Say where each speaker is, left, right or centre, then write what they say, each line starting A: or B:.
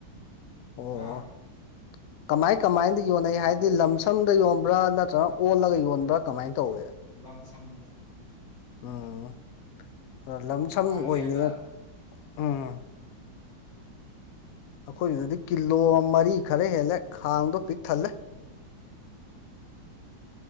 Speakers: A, on the left (about 75°); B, on the left (about 60°).
A: ꯑꯣ
B: ꯍꯥ <unintelligible>
A: ꯀꯃꯥꯏ ꯀꯃꯥꯏꯗꯤ ꯌꯣꯟꯅꯩ ꯍꯥꯏꯗꯤ ꯂꯝꯁꯝꯗ ꯌꯣꯟꯕ꯭ꯔꯥ ꯅꯠꯇ꯭ꯔ ꯑꯣꯜꯂꯒ ꯌꯣꯟꯕ꯭ꯔꯥ ꯀꯃꯥꯏꯅ ꯇꯧꯏ
B: ꯂꯝꯁꯝꯗ
A: ꯎꯝ ꯑ ꯂꯝꯁꯝ
B: ꯇꯥꯡꯉꯦꯗ
A: ꯑꯣꯏꯅꯦ ꯎꯝ ꯑꯩꯈꯣꯏꯒꯤꯗꯨꯗꯤ ꯀꯤꯂꯣ ꯃꯔꯤ ꯈꯔ ꯍꯦꯜꯂꯦ ꯈꯥꯡꯗꯣ ꯄꯤꯛ ꯊꯜꯂꯦ